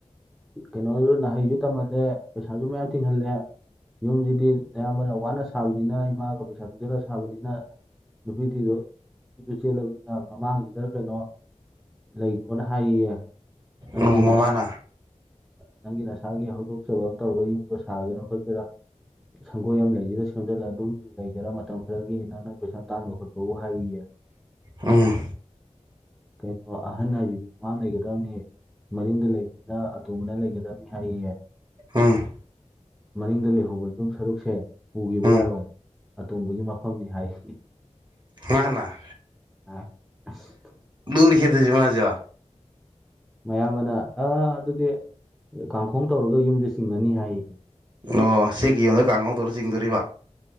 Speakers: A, in the centre; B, on the right.
A: ꯀꯩꯅꯣꯁꯨ ꯍꯩꯁꯨ ꯇꯝꯍꯜꯂꯦ ꯄꯩꯁꯥꯁꯨ ꯃꯌꯥꯝ ꯊꯤꯡꯍꯜꯂꯦ ꯌꯨꯝꯁꯤꯗꯤ ꯅꯌꯥꯝꯕꯅ ꯋꯥꯅ ꯁꯥꯕꯅꯤꯅ ꯏꯃꯥꯒ ꯄꯩꯁꯥ ꯇꯅꯨꯡꯁꯤꯜꯂꯒ ꯁꯥꯕꯅꯤꯅ ꯅꯨꯄꯤ ꯊꯤꯗꯣ ꯅꯨꯄꯤ ꯆꯦꯜꯂꯕꯅꯤꯅ ꯃꯃꯥꯡꯁꯤꯗ ꯀꯩꯅꯣ ꯂꯩꯈꯣꯅ ꯍꯥꯏꯌꯦ ꯌꯦ ꯅꯪꯒꯤ
B: ꯑꯣ
A: ꯅ
B: ꯃꯃꯥꯅ
A: ꯁꯛ ꯅꯪꯒꯤ ꯅꯁꯥꯒꯤ ꯍꯧꯗꯣꯛꯆꯕ ꯑꯃ ꯇꯧꯔꯒ ꯌꯨꯝꯗꯣ ꯁꯥꯒꯦꯔꯥ ꯈꯣꯠꯀꯦꯔꯥ ꯁꯪꯒꯣꯏ ꯑꯃ ꯂꯩꯁꯤꯗ ꯁꯦꯝꯖꯤꯜꯂ ꯑꯗꯨꯝ ꯂꯩꯒꯦꯔꯥ ꯃꯇꯝ ꯈꯔꯒꯤꯅ ꯅꯣꯏ ꯄꯩꯁꯥ ꯇꯥꯟꯕ ꯈꯣꯠꯄꯕꯨ ꯍꯥꯏꯌꯦ ꯌꯦ
B: ꯑꯝ
A: ꯀꯩꯅꯣ ꯑꯍꯟ ꯍꯥꯏꯁꯤꯗꯤ ꯃꯃꯥꯡ ꯂꯩꯒꯗꯕꯅꯤ ꯃꯅꯤꯡꯗ ꯂꯩꯕ ꯅ ꯑꯇꯣꯝꯕꯅ ꯂꯩꯒꯗꯕꯅꯤ ꯍꯥꯏꯌꯦꯌꯦ
B: ꯎꯝ
A: ꯃꯅꯤꯡꯗ ꯂꯩꯍꯧꯕ ꯌꯨꯝ ꯁꯔꯨꯛꯁꯦ ꯄꯨꯈꯤꯕ
B: ꯎꯝ
A: ꯌꯥꯔꯣꯏ ꯑꯇꯣꯝꯕꯒꯤ ꯃꯐꯝꯅꯤ ꯍꯥꯏꯌꯦ
B: ꯃꯅꯥ
A: ꯑ ꯑꯁ
B: ꯂꯨꯔꯦꯍꯦ ꯑꯗꯨꯁꯨ ꯃꯖꯨ
A: ꯃꯌꯥꯝ ꯕꯅ ꯑ ꯑꯗꯨꯗꯤ ꯀꯥꯡꯈꯣꯡ ꯇꯧꯔꯒ ꯌꯨꯝꯁꯤ ꯆꯤꯡꯉꯅꯤ ꯍꯥꯏꯌꯦꯌꯦ
B: ꯑꯣ ꯆꯦꯜꯀꯤ ꯌꯨꯝꯗꯥ ꯀꯥꯡꯍꯧ ꯇꯧꯔ ꯆꯤꯡꯗꯣꯔꯤꯕ